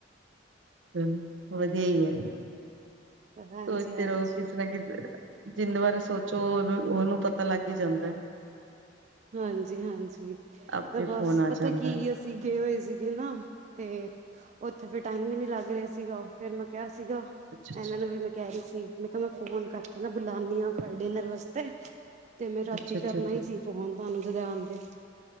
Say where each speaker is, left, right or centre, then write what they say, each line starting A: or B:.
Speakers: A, on the right; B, on the right.
A: ਹੂੰ ਵਧੀਆ ਹੀ ਹੈ
B: ਹਾਂਜੀ
A: ਸੋਚਦੇ
B: ਹਾਂਜੀ
A: ਰਹੋ ਕਿਸੇ ਨਾ ਕਿਸ ਜਿੰਦੇ ਬਾਰੇ ਸੋਚੋ ਉਹਨੂੰ ਉਹਨੂੰ ਪਤਾ ਲੱਗ ਹੀ ਜਾਂਦਾ ਹੈ।
B: ਹਾਂਜੀ- ਹਾਂਜੀ
A: ਆਪੇ
B: ਬਸ
A: ਫੋਨ ਆ
B: ਪਤਾ
A: ਜਾਂਦਾ
B: ਕੀ
A: ਹੈ।
B: ਅਸੀਂ ਗਏ ਹੋਏ ਸੀਗੇ ਨਾ ਤੇ ਉੱਥੇ ਫਿਰ ਟਾਈਮ ਹੀ ਨੀ ਲੱਗ ਰਿਹਾ ਸੀਗਾ ਫੇਰ ਮੈਂ ਕਿਹਾ ਸੀਗਾ
A: ਅੱਛਾ ਅੱਛਾ
B: ਇਹਨਾਂ ਨੂੰ ਵੀ ਮੈਂ ਕਹਿ ਰਹੀ ਸੀ। ਮੈਂ ਕਿਹਾ ਮੈਂ ਫੋਨ ਕਰਕੇ ਨਾ ਬੁਲਾਨੀ ਹਾਂ ਡਿਨਰ ਵਾਸਤੇ ਤੇ ਮੈਂ ਰਾਤੀ
A: ਅੱਛਾ ਅੱਛਾ
B: ਕਰਨਾ ਹੀ ਸੀ। ਹੋਣ ਤੁਹਾਨੂੰ ਜਾਣਦੇ।